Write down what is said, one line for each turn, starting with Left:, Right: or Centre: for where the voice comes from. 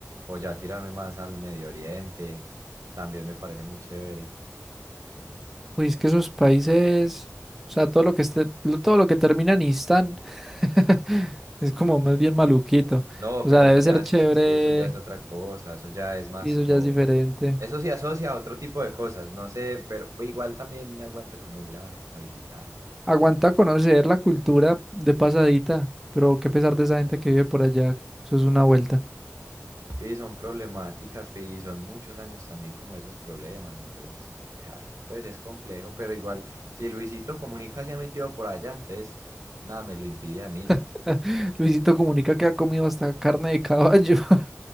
Right: O ya tirarme más al Medio Oriente, también me parece muy chévere.
Centre: Pues es que esos países, o sea, todo lo que esté, lo- todo lo que termina en Istán <laughs> es como más bien maluquito.
Right: No,
Centre: O
Right: pero
Centre: sea, debe
Right: eso ya
Centre: ser
Right: es,
Centre: chévere
Right: sí, eso ya es otra cosa, eso ya es más
Centre: y eso
Right: como,
Centre: ya es diferente.
Right: eso sí asocia a otro tipo de cosas, no sé, pero pues, igual también me aguanta como ir a, a visitar.
Centre: Aguanta conocer la cultura de pasadita, pero qué pesar de esa gente que vive por allá, eso es una vuelta.
Right: Sí, son problemáticas pe- y son muchos años también como esos problemas, entonces es como que, ah, pues es complejo, pero igual, si Luisito Comunica se ha metido por allá, entonces nada me lo impide a mí.
Centre: <laughs> Luisito Comunica que ha comido hasta carne de caballo. <laughs>